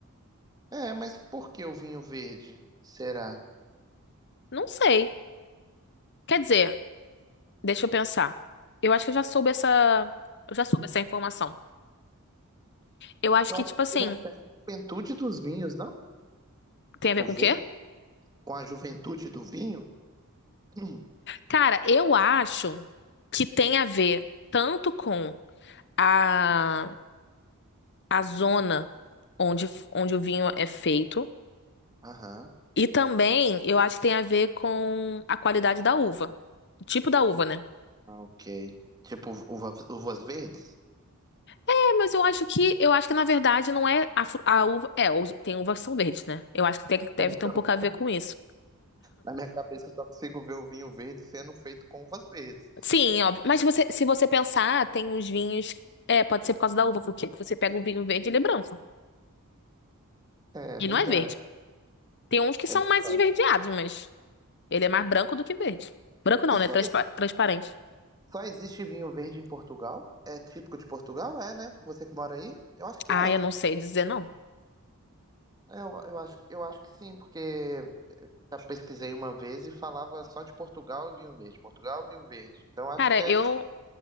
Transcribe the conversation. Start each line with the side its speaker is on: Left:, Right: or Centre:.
Right: É, mas por que o vinho verde? Será?
Left: Não sei. Quer dizer, deixa eu pensar. Eu acho que eu já soube essa, eu já soube essa informação. Eu acho
Right: Eu
Left: que,
Right: acho
Left: tipo
Right: que
Left: assim,
Right: se refere à juventude dos vinhos, não?
Left: tem
Right: Tipo,
Left: a ver com
Right: verde
Left: o quê?
Right: com a juventude do vinho? <clears throat> Hum,
Left: Cara, eu acho que tem a ver tanto com a, a zona onde, onde o vinho é feito.
Right: Aham,
Left: E também eu acho que tem a ver com a qualidade da uva. O tipo da uva, né?
Right: Ah, ok. Tipo, uva- uvas verdes?
Left: É, mas eu acho que eu acho que na verdade não é a, fru- a uva. É, os- tem uvas que são verdes, né? Eu acho que tem- deve
Right: <laughs>
Left: ter um pouco a ver com isso.
Right: Na minha cabeça eu só consigo ver o vinho verde sendo feito com uvas verdes.
Left: Sim, óbvio. Mas você, se você pensar, tem uns vinhos. É, pode ser por causa da uva, porque você pega um vinho verde, ele é branco.
Right: É
Left: E
Right: verdade.
Left: não é verde. Tem uns que
Right: É
Left: são
Right: verdade.
Left: mais esverdeados, mas ele é mais branco do que verde. Branco não,
Right: E só,
Left: né? Transpa- transparente.
Right: só existe vinho verde em Portugal? É típico de Portugal? É, né? Você que mora aí? Eu acho que
Left: Ah,
Right: é.
Left: eu não sei dizer não.
Right: Eu, eu acho, eu acho que sim, porque já pesquisei uma vez e falava só de Portugal e vinho verde. Portugal e vinho verde. Então acho
Left: Cara,
Right: que é.
Left: eu